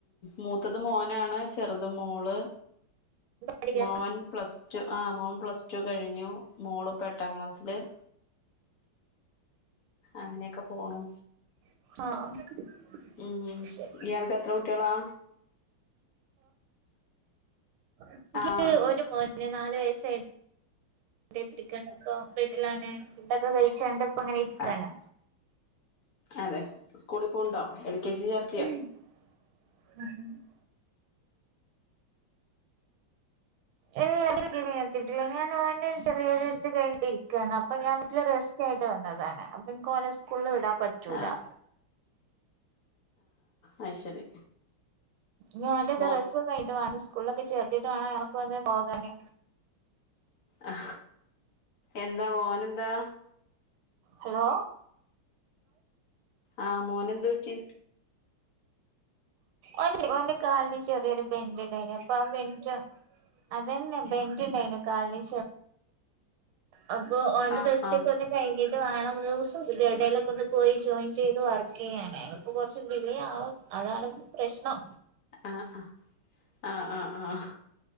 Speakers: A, on the left; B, on the right.
A: മൂത്തത് മോനാണ് ചെറുത് മോള്
B: പഠിക്കാ
A: മോൻ പ്ലസ് ടു ആ മോൻ പ്ലസ് ടു കഴിഞ്ഞു മോള്പ്പ എട്ടാം ക്ലാസ്സില് അങ്ങനെക്കെ പോണു
B: ആഹ്
A: ഉം
B: ശരി
A: ഇയാൾക്ക് എത്ര കുട്ടികളാ
B: എ നിക്ക്ഒരു
A: ആഹ്
B: മോൻ പി നാല് വയസ്സായി എത്തിരിക്ക ഇപ്പ വീട്ടിലാണ് ഫുഡൊക്കെ കഴിച്ചണ്ട് അപ്പ അങ്ങെനെ ഇരിക്കാണ്
A: ആഹ് അതെ സ്കൂളി പോ ഉണ്ടോ എൽ കെ ജി ചേർ
B: <inaudible> ഏ അ എത്തിട്ടില്ല ഞാൻ ഓൻ്റെ ചെറിയഒരുത് കഴിഞ്ഞട്ടിരികാണ് അപ്പൊ ഞാൻ വീട്ടിലെ റെസ് തീർച്ചയായിട്ട് വന്നതാണ് അപ്പൊ ഇൻക്ക് ഓനെ സ്കൂളിൽ വിടാൻ പറ്റൂല
A: ആഹ് അ ശരി
B: ഞാനന്ത്
A: മോ
B: റസ് <unintelligible> വേണം സ്കൂളിലൊക്കെ ചേർത്തിട്ട് വേണം ഞങ്ങൾക്ക് ഒന്ന് പോകാന്
A: ആ എന്താ മോനെന്താ?
B: ഹലോ
A: ആഹ് മോന് എന്ത് പറ്റി
B: ഓൻ്റെ കാലിന് ചെറിയൊരു ബെന്ഡ ഇണ്ടായിനി അപ്പൊ അം ബെൽറ്റാ അതന്നെ ബെന്റ് ഉണ്ടായിനു കാലിന് അപ്പൊ ഓൻ്റെ
A: ആഹ്
B: റസ്റ്റ്ക്കന്നെ
A: ആഹ്
B: ത് കഴിഞ്ഞിട്ട് വേണം സ എവിടേയിലൊക്കെ ഒന്ന് പോയി ജോയിൻ ചെയ്ത് വർക്ക് ചെയ്യാനായി അയിനിപോ കുറച്ച് ഡിലേ യാവും അതാണ് പ്രശ്നം
A: ആഹ് ആ ആഹ ആഹ് ആഹ്